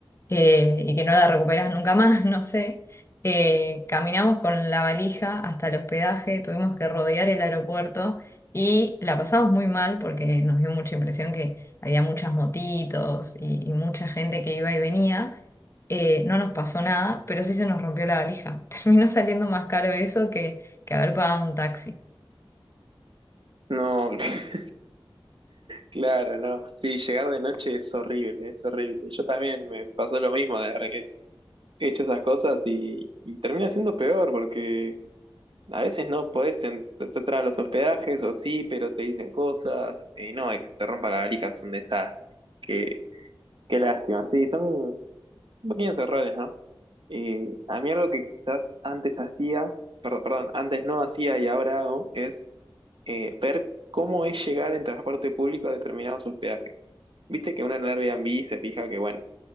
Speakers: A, on the left; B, on the right.
A: eh, y que no la recuperás nunca más, <laughs> no sé. Eh, caminamos con la valija hasta el hospedaje, tuvimos que rodear el aeropuerto y la pasamos muy mal porque nos dio mucha impresión que había muchas motitos y, y mucha gente que iba y venía. Eh, no nos pasó nada, pero sí se nos rompió la valija. <laughs> Terminó saliendo más caro eso que, que haber pagado un taxi.
B: No, <laughs> claro, no. Sí, llegar de noche es horrible, es horrible. Yo también me pasó lo mismo de haber he- hecho esas cosas y, y termina siendo peor porque... A veces no podés entrar a los hospedajes, o sí, pero te dicen cosas, y no, hay que te rompa la valija, es un desastre. Qué, qué lástima. Sí, son pequeños errores, ¿no? Y a mí algo que quizás antes hacía, perdón, perdón, antes no hacía y ahora hago, es eh, ver cómo es llegar en transporte público a determinados hospedajes. Viste que uno en Airbnb se fija que, bueno,